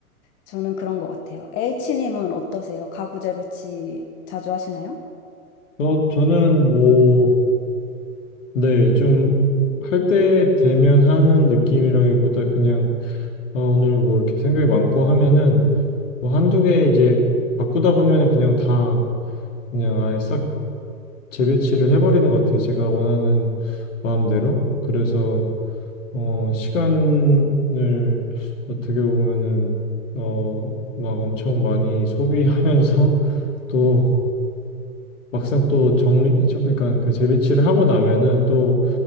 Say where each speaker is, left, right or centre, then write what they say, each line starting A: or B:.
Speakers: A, on the left; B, on the left.
A: 저는 그런 것 같아요. H님은 어떠세요? 가구 재배치 자주 하시나요?
B: 어, 저는 뭐, 네, 좀, 할 때 되면 하는 느낌이라기보다 그냥, 어, 오늘 뭐 이렇게 생각이 많고 하면은, 뭐 한두 개 이제 바꾸다 보면은 그냥 다, 그냥 아예 싹 재배치를 해버리는 것 같아요. 제가 원하는 마음대로. 그래서, 어, 시간을 어떻게 보면은, 어, 막 엄청 많이 소비하면서 <laughs> 또 막상 또 정리, 저- 그러니까 그 재배치를 하고 나면은 또